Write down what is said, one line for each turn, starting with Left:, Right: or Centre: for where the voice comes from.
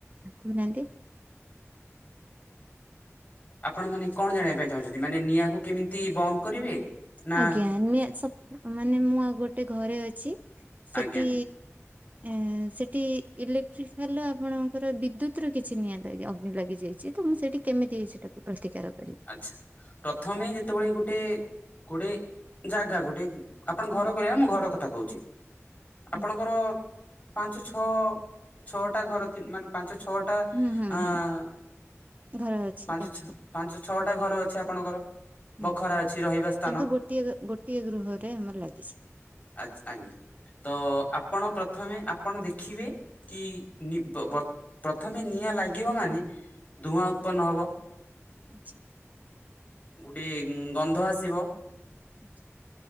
Right: ଆ କହୁନାହାନ୍ତି।
Left: ଆପଣ ମାନେ କଣ ଜାଣିବା ପାଇଁ ଚାହୁଁଛନ୍ତି ମାନେ ନିଆଁକୁ କେମିତି ବନ୍ଦ କରିବେ? ନା
Right: ଆଜ୍ଞା ନିଆଁ ସ ମାନେ ମୁଁ ଆ ଗୋଟେ ଘରେ ଅଛି ସେଠି
Left: ଆଜ୍ଞା
Right: ଏଁ ସେଠି ଇଲେକ୍ଟ୍ରିକାଲ ଆପଣଙ୍କର ବିଦ୍ୟୁତ ର କିଛି ନିଆଁ ଲା ଅଗ୍ନି ଲାଗି ଯାଇଛି। ତ ମୁଁ ସେଇଠି କେମିତି ସେଇଟାକୁ ପ୍ରତିକାର କରିବି?
Left: ଆଚ୍ଛା, ପ୍ରଥମେ ଯେତେବେଳେ ଗୋଟେ ଗୋଟେ ଜାଗା ଗୋଟେ ଆପଣ ଘର କହିଲେ ମୁଁ ଘର କଥା କହୁଛି। ଆପଣଙ୍କର
Right: ଆଜ୍ଞା।
Left: ପାଞ୍ଚ ଛଅ ଛଅଟା ଘର ଥି ମାନେ ପାଞ୍ଚ ଛଅ ଟା
Right: ହୁଁ ହୁଁ
Left: ଆଁ
Right: ହୁଁ ଘର ଅଛି
Left: ପାଞ୍ଚଛଅ
Right: ତା ଭିତରେ
Left: ପାଞ୍ଚ ଛଅଟା ଘର ଅଛି ଆପଣଙ୍କର। ବଖରା
Right: ହୁଁ
Left: ଅଛି ରହିବା ସ୍ଥାନ
Right: କିନ୍ତୁ ଗୋଟିଏ ଗୋଟିଏ ଗୃହରେ ଆମର ଲାଗିଛି।
Left: ଆଛା ଆଜ୍ଞା ତ ଆପଣ ପ୍ରଥମେ ଆପଣ ଦେଖିବେ କି ନି ପ ପ୍ରଥମେ ନିଆଁ ଲାଗିବ ମାନେ ଧୂଆଁ ଉତ୍ପନ ହବ।
Right: ଆଚ୍ଛା।
Left: ଗୁଡିଏ ଗନ୍ଧ ଆସିବ।
Right: ଆଚ୍ଛା।